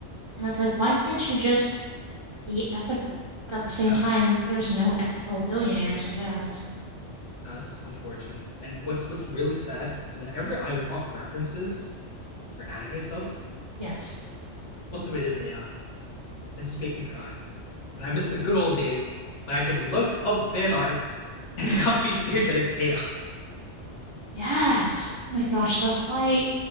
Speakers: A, on the right; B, on the left.
A: And it's like, why can't you just be ethical? But at the same
B: Yes.
A: time, there's no ethical billionaires, I guess.
B: us, unfortunately. And what's what's really sad is whenever I want references or anime stuff,
A: Yes.
B: most of it is AI. It just makes me cry. And I miss the good old days when I could look up fan art <laughs> and
A: <laughs>
B: not be scared that it's AI.
A: Yes. Oh my gosh, that's why